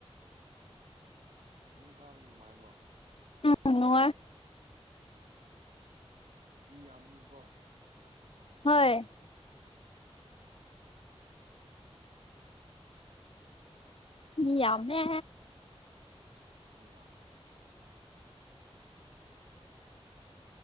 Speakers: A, on the right (about 85°); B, on the left (about 60°).
A: ꯑꯗꯨꯝ ꯀꯥꯕꯗ ꯅꯨꯡꯉꯥꯏꯕ꯭ꯔꯣ
B: ꯎꯝ ꯅꯉꯥꯏ
A: ꯃꯤ ꯌꯥꯝꯕꯅꯤꯀꯣ
B: ꯍꯣꯏ ꯃꯤ ꯌꯥꯃꯦ
A: ꯃꯤ ꯌꯥꯝꯝꯅ